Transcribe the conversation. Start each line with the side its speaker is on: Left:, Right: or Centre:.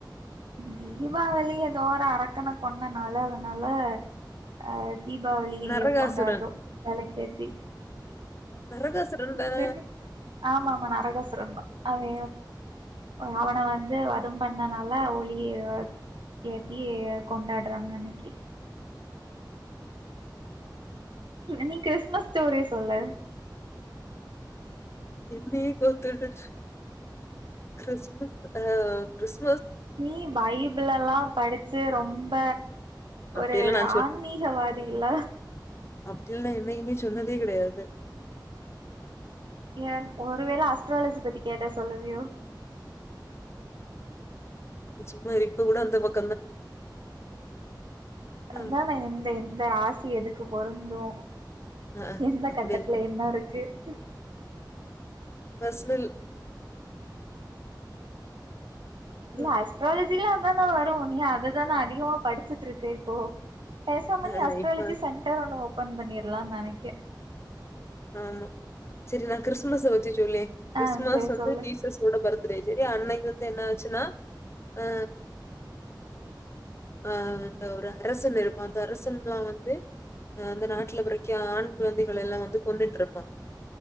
Right: தீபாவளி எதோ ஒரு அரக்கன கொன்ன நாளு அதனால அ தீபாவளியை
Left: நரகாசுரன்
Right: கொண்டாடறோ வெளக்கேத்தி
Left: நரகாசுரன் தான
Right: சரி ஆமா ஆமா நரகாசுரன்தா அவய அவன வந்து வதம் பண்ண னாலா ஒளிய ஏத்தி கொண்டாடுறாங்க அன்னைக்கு நீ கிறிஸ்மஸ் ஸ்டோரி சொல்லு
Left: என்னையே கோத்துடு கிறிஸ்மஸ் ஆ கிறிஸ்
Right: நீ பைபிள் எல்லா படிச்சு ரொம்ப
Left: அப்டியெல்லா
Right: ஒரு
Left: நா
Right: ஆன்மீகவாதி இல்ல
Left: அப்படில்லா என்னைக்குமே சொன்னதே கிடையாது
Right: ஏ ஒருவேளை அஸ்ட்ராலஜி பத்தி கேட்டா சொல்லுவியோ
Left: சும்மா இப்ப கூட அந்த பக்
Right: அதான
Left: ம்.
Right: இந்த இந்த ராசி எதுக்கு பொிறந்தோ
Left: அ, அ.
Right: எந்த
Left: அப்படி
Right: கட்டத்துல
Left: இல்ல.
Right: என்ன இருக்கு உஹ
Left: பர்சனல்
Right: இல்ல
Left: ம்.
Right: அஸ்ட்ரால ஜில அதான வரு நீ அததான அதிகமா படிச்சுட்ருக்க இப்போ பேசாம
Left: அ,
Right: நீ அஸ்ட்ராலஜி
Left: இப்ப
Right: சென்டர் ஒண்ணு ஓபன் பண்ணிரலான் நெனைக்க
Left: ஆமா சரி நா கிறிஸ்மஸ வச்சு சொல்லே கிறிஸ்மஸ்
Right: ஆ சேரி
Left: வந்து
Right: சொல்லு
Left: ஜீசஸோட பர்த் டே சரியா அன்னைக்கு வந்து என்ன ஆச்சுனா அ ஆ இந்த ஒரு அரசன் இருக்கு அந்த அரசன்லா வந்து அந்த நாட்டுல பிறக்க ஆண் குழந்தைகள் எல்லா வந்து கொன்னுட்ருப்பா